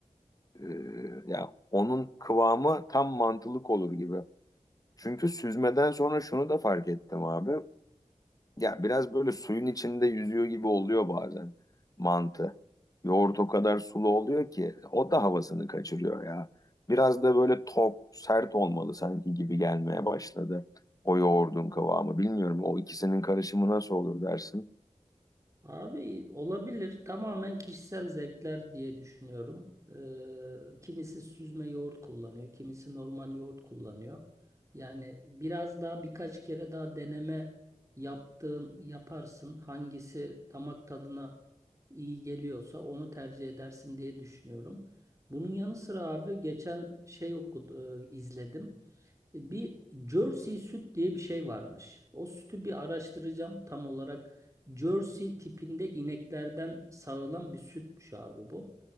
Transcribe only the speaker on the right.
Abi olabilir. Tamamen kişisel zevkler diye düşünüyorum. Ee, kimisi süzme yoğurt kullanıyor, kimisi normal yoğurt kullanıyor. Yani biraz daha birkaç kere daha deneme yaptığın yaparsın. Hangisi damak tadına iyi geliyorsa onu tercih edersin diye düşünüyorum. Bunun yanı sıra abi geçen şey okudu, e, izledim. E, Bir Jersey süt diye bir şey varmış. O sütü bir araştıracağım tam olarak. Jersey tipinde ineklerden sağılan bir sütmüş abi bu.